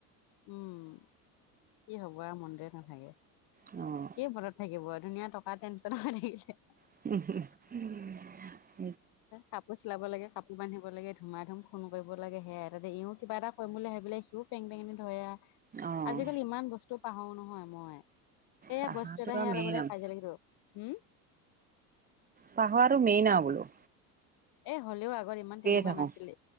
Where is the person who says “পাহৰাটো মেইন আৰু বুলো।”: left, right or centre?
Right